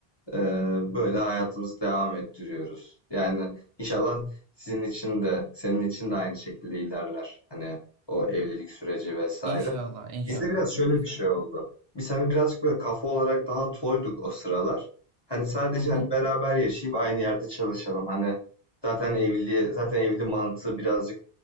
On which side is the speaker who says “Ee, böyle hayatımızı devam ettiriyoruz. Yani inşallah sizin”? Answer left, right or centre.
Left